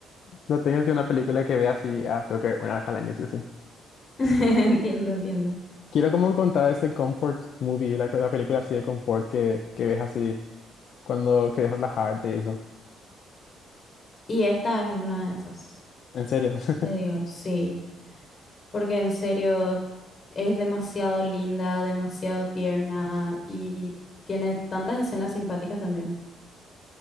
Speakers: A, on the left (about 50°); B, on the left (about 30°).
A: No tengo así una película que vea así, ah, tengo que ver una vez al año, sí,
B: <laughs> Entiendo, entiendo.
A: Quiero como encontrar ese comfort movie, la, la película así de confort que, que ves así cuando quieres relajarte y eso.
B: Y esta es una de esas.
A: En serio. <laughs>
B: Te digo, sí, porque en serio es demasiado linda, demasiado tierna y tiene tantas escenas simpáticas también.